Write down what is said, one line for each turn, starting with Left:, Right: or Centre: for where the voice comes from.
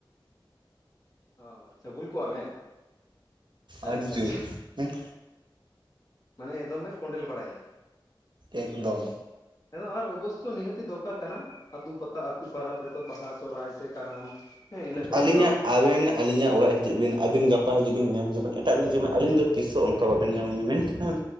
Left: ᱚ ᱟᱪᱪᱷᱟ ᱵᱩᱞ ᱠᱚᱣᱟ ᱵᱮᱱ? ᱟᱪᱪᱷᱟ
Right: ᱟᱹᱰᱤ ᱡᱳᱨ
Left: ᱟᱪᱪᱷᱟ
Right: ᱦᱮᱸ᱾
Left: ᱢᱟᱱᱮ ᱮᱫᱚᱢ ᱵᱮᱱ ᱠᱚᱸᱰᱮᱞ ᱵᱟᱲᱟᱭᱟ᱾
Right: ᱮᱠᱫᱚᱢ᱾
Left: ᱦᱮᱸ ᱫᱚ ᱟᱨ ᱚᱵᱚᱥᱥᱳ ᱱᱤᱦᱟᱹᱛᱤ ᱫᱚᱨᱠᱟᱨ ᱠᱟᱱᱟ ᱟᱹᱛᱩ ᱯᱟᱛᱟ ᱟᱹᱛᱩ ᱯᱟᱨᱟᱵᱽ ᱨᱮᱫᱚ ᱵᱟᱦᱟ, ᱥᱚᱦᱚᱨᱟᱭ, ᱥᱮ ᱠᱟᱨᱟᱢ᱾ ᱦᱮᱸ ᱤᱱᱟᱹ ᱠᱚᱨᱮ
Right: ᱟᱹᱞᱤᱧᱟᱜ
Left: ᱫᱚ
Right: ᱟᱵᱮᱱ ᱟᱹᱞᱤᱧᱟᱜ ᱚᱲᱟᱜ ᱦᱤᱡᱩᱜ ᱵᱤᱱ ᱟᱵᱤᱱ ᱜᱟ ᱯᱟ ᱦᱤᱡᱩᱜ ᱵᱤᱱ ᱢᱮᱭᱟᱧ ᱦᱤᱡᱩᱜ ᱵᱤᱱ ᱮᱴᱟᱜ ᱫᱤᱱ ᱡᱮᱢᱚᱱ ᱟᱹᱞᱤᱧ ᱫᱚ ᱛᱤᱥ ᱦᱚᱸ ᱚᱱᱠᱟ ᱵᱟᱵᱮᱱ ᱧᱟᱢ ᱞᱤᱧᱟ ᱢᱮᱱᱠᱷᱟᱱ